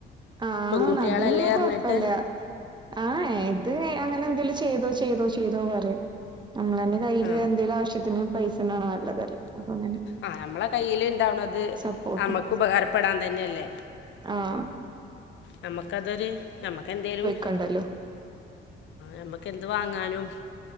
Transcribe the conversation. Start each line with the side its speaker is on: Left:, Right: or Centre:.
Right: ആഹ്
Left: പെൺകുട്ടികളല്ലേ
Right: ആന്ന് അതൊന്നും
Left: പറഞ്ഞിട്ട്
Right: കൊഴപ്പില്ല ആഹ് ഇത് അങ്ങനെ എന്തേലും ചെ ചെയ്തോ ചെയ്തോ ചെയ്തോ പറിം. അവനവന്റെ കയ്യില്
Left: ആ
Right: എന്തേലും ആവശ്യത്തിന് പൈസണ്ടാവണെ നല്ലതല്ലേ അപ്പൊ അങ്ങനെ.
Left: ആഹ് നമ്മളെ കയ്യിൽ ഇണ്ടാവണത്
Right: സപ്പോർട്ടാ
Left: നമ്മക്ക് ഉപകാരപ്പെടാൻ തന്നെയല്ലേ.
Right: ആഹ്
Left: നമ്മക്കതൊര് നമ്മക്കെന്തേലും.
Right: കടലോ
Left: നമ്മക്കെന്ത് വാങ്ങാനും